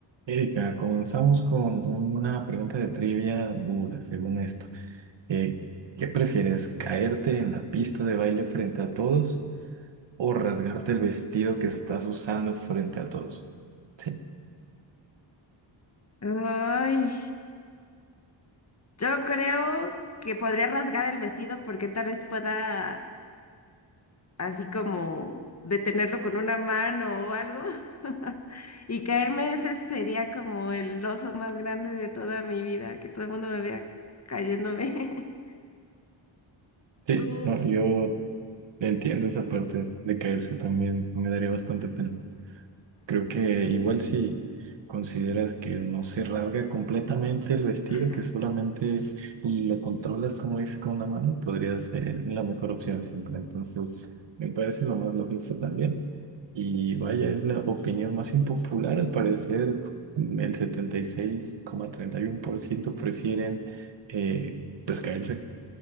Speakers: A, on the right; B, on the left.
A: Erika, comenzamos con una pregunta de trivia dura, según esto. Eh, ¿qué prefieres, caerte en la pista de baile frente a todos o rasgarte el vestido que estás usando frente a todos? Sí.
B: Ay, yo creo que podría rasgar el vestido porque tal vez pueda así como detenerlo con una mano o algo. <laughs> Y caerme, ese sería como el oso más grande de toda mi vida, que todo el mundo me vea cayéndome.
A: Sí,
B: <laughs> Tú,
A: no, yo entiendo esa parte de caerse también, me daría bastante pena. Creo que igual si consideras que no se rasga completamente el vestido,
B: Ajá.
A: que solamente lo controlas como es con una mano, podría ser la mejor opción siempre. Entonces, me parece lo más lógico también. Y vaya, es la opinión más impopular. Al parecer, mm, el setenta y y seis coma treinta y uno por ciento prefieren eh, pues caerse.